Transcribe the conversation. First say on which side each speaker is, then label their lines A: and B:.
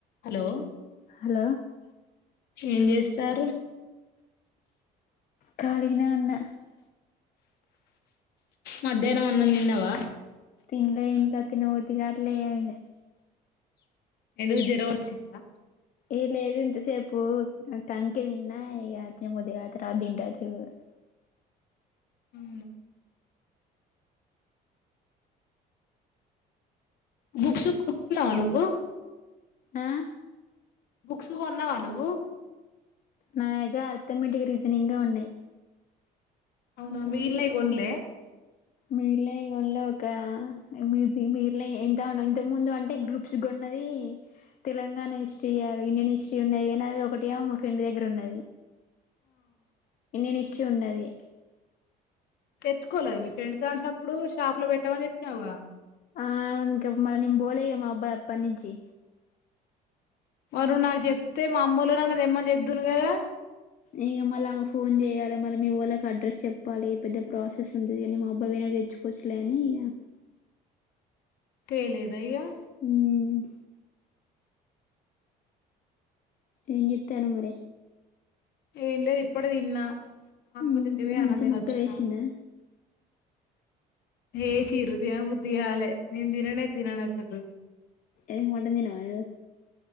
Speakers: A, on the left (about 70°); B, on the left (about 50°).
A: హలో
B: హలో
A: ఏం చేస్ తారు
B: కాళిగానే ఉన్న
A: మధ్యాహ్నం అన్నం దిన్నవా
B: తిన్లే ఇంకా తినబుద్ధిగాట్లే ఏమైందే
A: ఎందుకు జరవచ్చిందా.
B: ఏ లేదు ఇంతసేపు కంకే దిన్న. ఇగ తినబుద్ధి కా త్ర్వాత దింటా <unintelligible>
A: అవునా బుక్స్ కొనుక్కున్నావా నువ్వు
B: ఆ
A: బుక్స్ కొన్నావా నువ్వు
B: నాయగ ఆర్థమెటిక్, రీజనింగే ఉన్నాయి.
A: అవునా మీగిల్నై గోన్లే
B: మీగిల్నాయ్ రెండ్ ఒక మీ తి మీగిల్నాయ్ ఎంతఉండ్ ఇంతకు ముందు అంటే గ్రూప్స్ కొన్నది. తెలంగాణ హిస్రీ, ఇండియన్ హిస్రీ ఉన్నది. కానీ అది ఒకటి మా ఫ్రెండ్ దగ్గర ఉన్నది. ఎన్నీ నిస్టూలూన్నది.
A: తెచ్చుకోలేదా. మీ ఫ్రెండ్ కానించప్పుడు. షాప్ లో పెట్టామని చెప్పినావుగా.
B: ఆ <unintelligible> ఇంకా మల్లా నేను బోలే ఇగా మబాద్ అప్పట్నుంచి.
A: మార్నువ్వు నాకు చెప్తే మా అమ్మోలనన్న దేమ్మని చెప్దును గదా.
B: ఇగ మళ్ళమె ఫోన్ చేయ్యాల, మళ్ళ మీ ఓళకి అడ్రస్ చెప్పాలి, పెద్ద ప్రాసెస్ ఉంటది. ఇగ నిన్ మబాద్ పోయినప్డు తెచ్చుకోచ్చులే. అని ఇగా
A: తెేలేదయిగా
B: హ్మ్ ఏం జెత్తరు మరే
A: ఏం లేద్ ఇప్పుడే తిన్నా మా అక్కోళ్ళ
B: మ్మ్
A: ఇంటికి పోయి అన్నం
B: మంచిగ
A: తిని
B: ముక్కలు
A: వచ్చిన.
B: ఏసిందా
A: ఏసిర్రు తినబుద్ దిగాలే నేన్ దిననే తిననస్ సలు
B: ఏం మంటన్ దినామర్నువ్